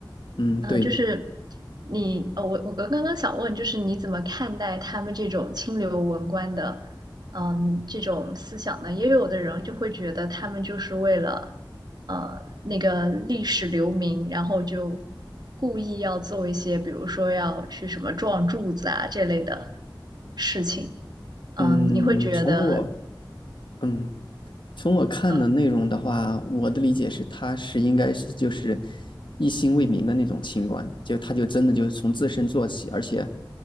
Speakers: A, on the left (about 75°); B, on the right (about 60°).
A: 嗯，对，
B: 呃，就是你，呃，我我刚刚刚想问，就是你怎么看待他们这种清流文官的，嗯，这种思想呢？也有的人就会觉得他们就是为了，呃，那个历史留名，然后就故意要做一些，比如说要去什么撞柱子啊这类的事情。嗯，
A: 嗯，
B: 你会觉得，
A: 从我，嗯。从我看的内容的话，
B: 呃，
A: 我的理解是，他是应该是就是一心为民的那种清官，就他就真的就是从自身做起，而且，